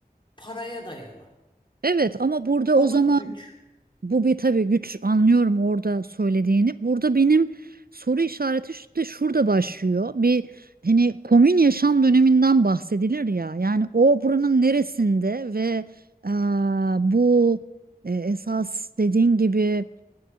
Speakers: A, on the left; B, on the right.
A: paraya dayalı.
B: Evet ama burada
A: Bu
B: o zaman
A: da güç.
B: Bu bir tabii güç anlıyorum orada söylediğini. Burada benim soru işareti şu- de şurada başlıyor. Bir hani komün yaşam döneminden bahsedilir ya. Yani o buranın neresinde ve eee, bu e, esas dediğin gibi